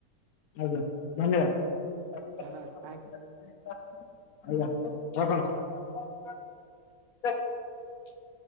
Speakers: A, on the left; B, on the right.
A: ଆଜ୍ଞା ଧନ୍ୟବାଦ।
B: ଧନ୍ୟବାଦ ଥ୍ୟାଙ୍କ ୟୁ।
A: ଆଜ୍ଞା ରଖନ୍ତୁ